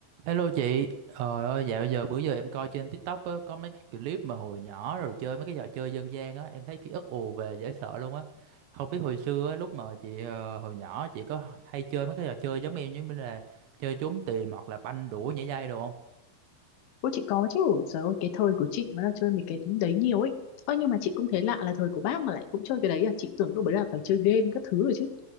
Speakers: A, on the right; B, on the left.
A: Hello chị, trời ơi dạo giờ bữa giờ em coi trên TikTok á, có mấy cái clip mà hồi nhỏ rồi chơi mấy cái trò chơi dân gian á, em thấy ký ức ùa về dễ sợ luôn á. Không biết hồi xưa á, lúc mà chị ờ, hồi nhỏ chị có hay chơi mấy cái trò chơi giống em như là chơi trốn tìm hoặc là banh đũa nhảy dây đồ không?
B: Ôi chị có chứ, trời ơi cái thời của chị mà là chơi mấy cái đấy nhiều ấy. Ơ nhưng mà chị cũng thấy lạ là thời của bác mà lại cũng chơi cái đấy à, chị tưởng đâu đấy là phải chơi game các thứ rồi chứ.